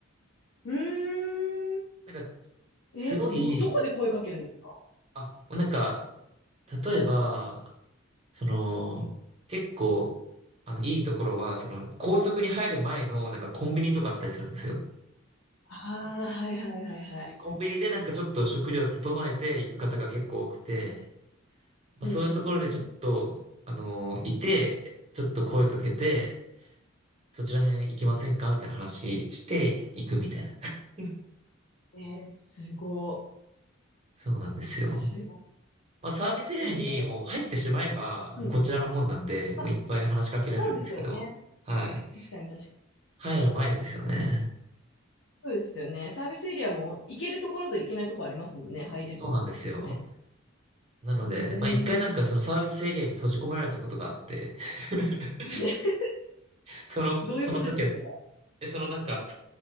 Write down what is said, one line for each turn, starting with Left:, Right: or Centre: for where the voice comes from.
Left: うーん。
Right: なんか、
Left: え、
Right: すごい、
Left: でもどこで声かけるんですか
Right: あ、なんか、例えば、その、
Left: うん。
Right: 結構、あの、いいところは、その、高速に入る前の、なんかコンビニとかあったりするんですよ。
Left: ああ、はいはいはいはい。
Right: で、コンビニでなんかちょっと食料整えていく方が結構多くて、
Left: う
Right: まあ、そういうところでちょっと、
Left: んうんうんうん。
Right: あのーいて、ちょっと声かけて、そちら辺行きませんかみたいな話して行くみたいな。<laughs>
Left: うんえー、すご
Right: そうなんですよ。
Left: い。すごい。
Right: まあ、サービスエリアにもう入ってしまえば、
Left: なんだろ
Right: もうこちらのもんなんで、
Left: う。うん。
Right: もういっぱい話しかけられるんですけど、
Left: まあ、そうですよね。
Right: はい。
Left: 確かに確か
Right: 入る前ですよね。
Left: に。でも、そうですよね。サービスエリアも行けるところと行けないところありますもんね。入れるところっていうかね。
Right: そうなんですよ。なので、
Left: えー。
Right: まあ、一回なんかそのサービスエリアに閉じ込められたことがあって、<laughs>
Left: <laughs>
Right: その、
Left: どういうことですか、
Right: その時は、
Left: それは。
Right: え、そのなんか、